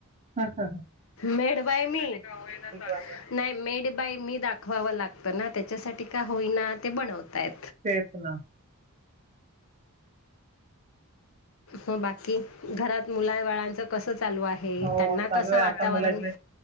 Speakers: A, on the right (about 30°); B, on the left (about 60°).
A: हा हा!
B: मेड बाय मी, नाही
A: आहे
B: मेड बाय मी, दाखवाव लागत ना त्याच्यासाठी का होयना ते बनताय
A: तेच ना
B: हो बाकी घरात मुला बाळांच कसच चालू आहे
A: हो
B: त्यांना
A: चालू
B: कसं
A: आहे
B: वातावरण
A: आता मुलाची